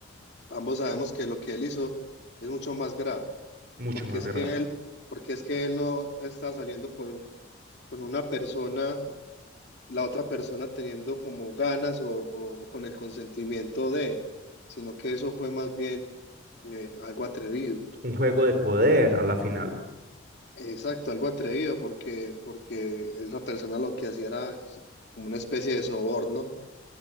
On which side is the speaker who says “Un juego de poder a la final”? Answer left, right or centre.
Right